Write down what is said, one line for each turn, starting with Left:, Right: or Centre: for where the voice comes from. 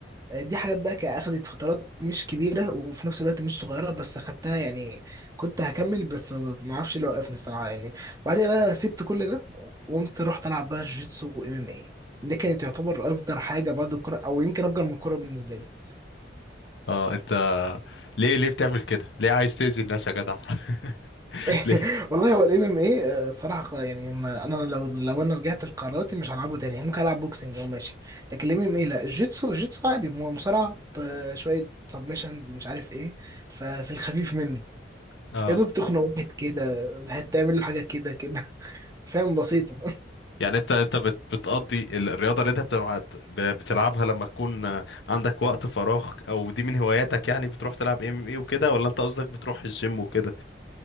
Right: دي حاجات بقى كا- اخدت فترات مش كبيرة وفي نفس الوقت مش صغيرة بس اخدتها يعني كنت هكمل بس ما اعرفش اللي وقفني الصراحة يعني وبعدين بقى سبت كل ده وقمت رحت العب بقى جيتسو وام ام اي ده كانت تعتبر افجر حاجة بعد الكورة او يمكن افجر من الكورة بالنسبة لي
Left: اه انت ليه ليه بتعمل كده ليه عايز تأذي الناس يا جدع <laughs>
Right: <laughs>
Left: ليه
Right: والله هو الام ام اي صراحة خ- يعني ما انا لو لو انا رجعت لقراراتي مش هلعبه تاني يعني ممكن العب بوكسنج او ماشي لكن الام ام اي لا الجيتسو الجيتسو عادي مو- مصارعة بشوية سبمشنز مش عارف ايه ففي الخفيف منه
Left: اه
Right: يا دوب تخنق واحد كده هتعمل له حاجه كده كده <laughs> فاهم بسيطه
Left: يعني انت انت بت... بتقضي ال- الرياضة اللي انت بتبعت... ب... بتلعبها لما تكون آه، عندك وقت فراغ او دي من هواياتك يعني بتروح تلعب ام ايه وكده ولا انت قصدك بتروح الجيم وكده